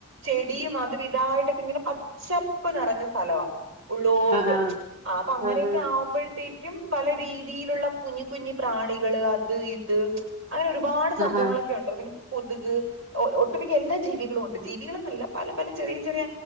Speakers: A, on the right; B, on the right.
A: ചെടിയും അതും ഇതായിട്ടൊക്കെ ഇങ്ങനെ പച്ചപ്പ് നിറഞ്ഞ സ്ഥലവാ ഉള്ളോട്ട്.
B: ഉം ഉം ഉം ഉം
A: ആ അപ്പൊ അങ്ങനെയൊക്കെ ആവുമ്പോഴത്തേക്കും പല രീതിയിലുള്ള കുഞ്ഞ കുഞ്ഞി പ്രാണികള് അത് ഇത് അങ്ങനെ ഒരുപാട് സംഭവങ്ങളൊക്കെ
B: ആഹ്
A: ഉണ്ട്. പി കൊതുക് ഒട്ടുമിക്ക എല്ലാ ജീവികളുംണ്ട്. ജീവികളന്നല്ല പല പല ചെറിയ ചെറിയ